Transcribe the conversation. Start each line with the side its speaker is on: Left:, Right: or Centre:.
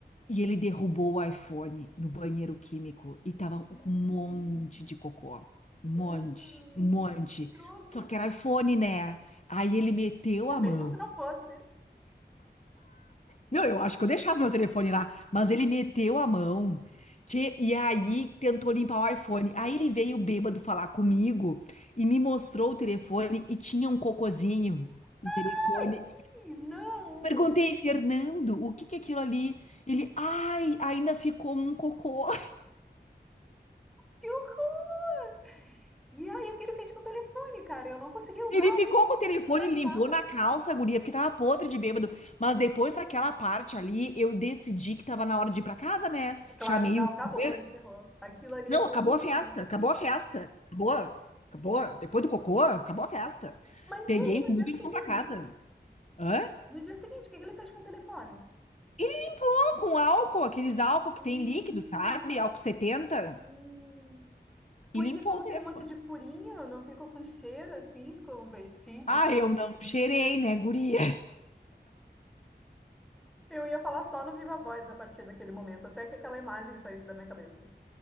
Left: E ele derrubou o iPhone no banheiro químico e tava
Centre: Hum.
Left: com um monte de cocô. Um monte,
Centre: Hum.
Left: um monte.
Centre: Trouxe.
Left: Só que era iPhone, né? Aí ele meteu
Centre: Ah,
Left: a
Centre: mesmo
Left: mão.
Centre: se não fosse.
Left: Não, eu acho que eu deixava meu telefone lá, mas ele meteu a mão. Tchê, E aí tentou limpar o iPhone. Aí ele veio bêbado falar comigo e me mostrou o telefone e tinha um cocôzinho no telefone.
Centre: Ai, não!
Left: Perguntei, Fernando, o que que é aquilo ali? Ele, ai, ainda ficou um cocô.
Centre: Que horror! E aí, o que ele fez com o telefone, cara? Eu não consegui usar
Left: Ele ficou com o telefone,
Centre: aquilo na
Left: limpou
Centre: cara.
Left: na calça, guria, porque tava podre de bêbado. Mas depois daquela parte ali, eu decidi que tava na hora de ir pra casa, né?
Centre: Claro,
Left: Chamei
Centre: não,
Left: o
Centre: acabou,
Left: Uber.
Centre: encerrou. Aquilo ali
Left: Não,
Centre: é todo
Left: acabou
Centre: ensinado.
Left: a festa, acabou a festa. Acabou, acabou. Depois do cocô, acabou a festa.
Centre: Mas
Left: Peguei
Centre: e aí, no
Left: o
Centre: dia
Left: Uber e
Centre: seguinte?
Left: fomos pra casa. Hã?
Centre: No dia seguinte, o que que ele fez com o telefone?
Left: Ele lá com álcool, aqueles álcool
Centre: Hum,
Left: que tem líquido, sabe? Álcool 70.
Centre: hum. Porque
Left: E limpou
Centre: como
Left: o
Centre: tem
Left: telefone.
Centre: um monte de furinho, não fica com cheiro, assim, com vestígio.
Left: Ah, eu não cheirei, né, guria? <laughs>
Centre: Eu ia falar só no Viva Voz a partir daquele momento, até que aquela imagem saísse da minha cabeça.